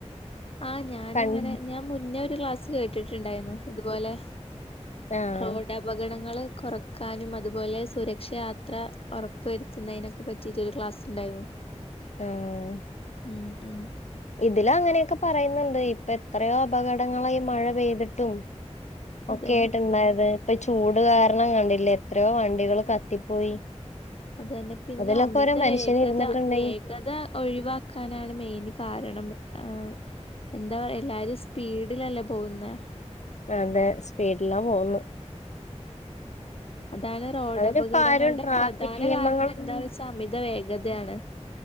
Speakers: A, on the left; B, on the left.
A: ആ ഞാനങ്ങനെ
B: കണ്
A: ഞാൻ മുന്നേ ഒരു ക്ലാസ് കേട്ടിട്ടുണ്ടായിരുന്നു ഇതുപോലെ
B: ആഹ്
A: റോഡ് അപകടങ്ങള് കുറക്കാനും അതുപോലെ സുരക്ഷയാത്ര ഉറപ്പ് വരുത്തുന്നതിനൊക്കെ പറ്റിട്ട് ഒരു ക്ലാസ് ഉണ്ടായിരുന്നു
B: ആഹ്
A: ഉം ഉം
B: ഇതില് അങ്ങനെയൊക്കെ പറയുന്നുണ്ട് ഇപ്പൊ എത്രയോ അപകടങ്ങളാ ഈ മഴ പെയ്തിട്ടും
A: അതന്നെ
B: ഓക്കെ ആയിട്ടുണ്ടായത് ഇപ്പൊ ചൂട് കാരണം കണ്ടില്ലേ എത്രയോ വണ്ടികൾ കത്തിപ്പോയി
A: അതന്നെ പിന്നെ
B: അതിലൊക്കെ
A: അമിത
B: ഓരോ മനുഷ്യന്
A: വേഗത
B: ഇരുന്നിട്ടുണ്ടെങ്കിൽ
A: വേഗത ഒഴിവാക്കാനാണ് മെയിന് കാരണം ആ എന്താ എല്ലാരും സ്പീഡിലല്ലേ പോകുന്നേ
B: ദാണ്ടെ സ്പീഡ്ലാ പോകുന്നു
A: അതാണ് റോഡ്
B: അവരിപ്പാരും
A: അപകടങ്ങളുടെ
B: ട്രാഫിക്
A: പ്രധാന
B: നിയമങ്ങളൊന്നും
A: കാരണം എന്താ വെച്ചാ അമിത വേഗതയാണ്